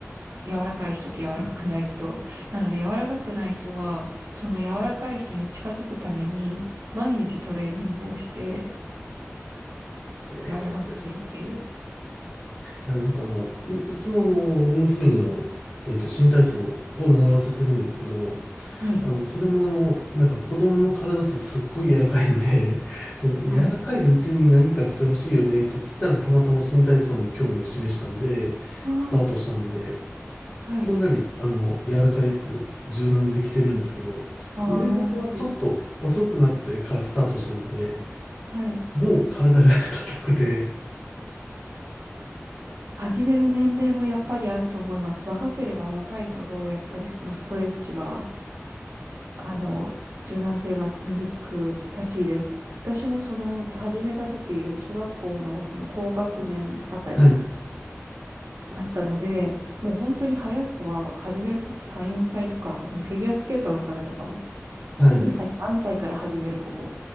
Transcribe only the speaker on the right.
柔らかい人と柔らかくない人。なので、柔らかくない人は、その柔らかい人に近づくために、毎日トレーニングをして、
柔らかくするっていう。
はい。
はい。
ああ、
はい。
ああ、
羨ましい。はい。
始める年齢もやっぱりあると思います。若ければ若いほど、やっぱりそのストレッチは、あの、柔軟性は身につくらしいです。私もその始めた時、小学校のその高学年あたり
だったので、もう本当に早い子は始める時3、4歳とか、あのフィギュアスケートの方とかも
2歳、3歳から始める子も